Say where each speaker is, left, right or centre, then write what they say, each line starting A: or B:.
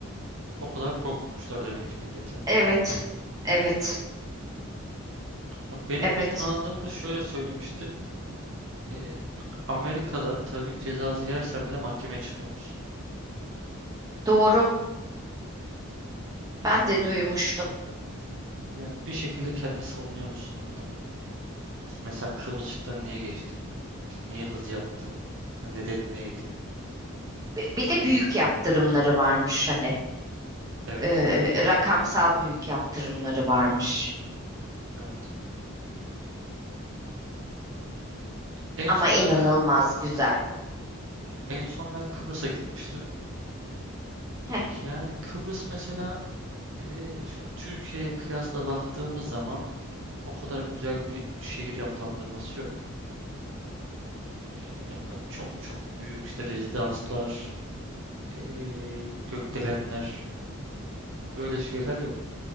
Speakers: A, on the right; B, on the right.
A: O kadar korkutmuşlar demek ki milleti.
B: Evet, evet,
A: Ya benim
B: evet.
A: bir tanıdığım da şöyle söylemişti. Ee, Amerika'da trafik cezası yersen bile mahkemeye çıkıyormuşsun.
B: Doğru. Ben de duymuştum.
A: Yani bir şekilde kendini savunuyormuşsun orada. İşte mesela kırmızı ışıktan niye geçtin? İşte niye hız yaptın? Ya nedeni neydi?
B: Bi- Bir de büyük yaptırımları varmış hani.
A: Evet,
B: Ee, rakamsal büyük yaptırımları varmış.
A: evet. En
B: Ama
A: son
B: inanılmaz
A: ben Kıb-
B: güzel.
A: en son ben Kıbrıs'a gitmiştim.
B: Heh,
A: Yani Kıbrıs mesela ee, şöyle Türkiye'ye kıyasla baktığımız zaman o kadar güzel bir şehir yapılandırması yok. Ee, yani böyle çok çok büyük işte rezidanslar eee, gökdelenler öyle şeyler yok.